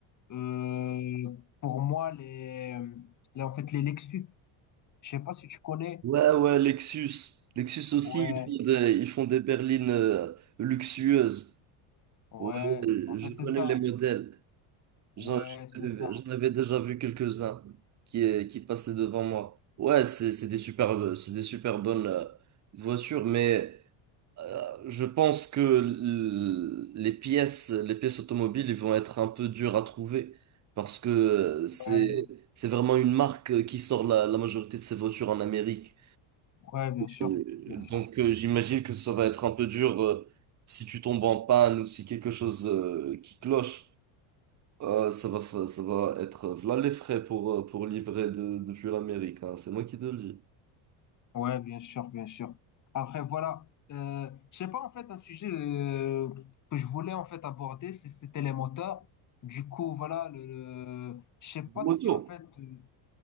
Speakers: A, on the left; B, on the right.
A: Euh, pour moi, les, les- en fait, les Lexus. Je sais pas si tu connais.
B: Ouais, ouais, Lexus. Lexus aussi,
A: Ouais,
B: ils font des, ils font des berlines euh, luxueuses.
A: ouais.
B: Ouais, ouais,
A: En fait,
B: je
A: c'est
B: connais
A: ça.
B: les modèles. J'en
A: Ouais, c'est
B: j'en
A: ça.
B: avais déjà vu quelques-uns qui, qui passaient devant moi. Ouais, c'est c'est des super, c'est des super bonnes euh, voitures, mais euh, je pense que l- les pièces, les pièces automobiles, ils vont être un peu dures à trouver parce que euh, c'est
A: Ouais,
B: c'est vraiment une marque qui sort la, la majorité de ses voitures en Amérique.
A: ouais, bien sûr,
B: Euh,
A: bien sûr.
B: Donc euh, j'imagine que ça va être un peu dur euh, si tu tombes en panne ou si quelque chose euh, qui cloche. Euh, ça va, fa- ça va être euh, voilà les frais pour, euh, pour livrer de- depuis l'Amérique. hein. C'est moi qui te le dis.
A: Ouais, bien sûr, bien sûr. Après, voilà. Euh, je sais pas, en fait, un sujet euh, que je voulais en fait aborder, c'est- c'était les moteurs. Du coup, voilà, le, le- je sais
B: Du
A: pas
B: moto.
A: si en fait, euh,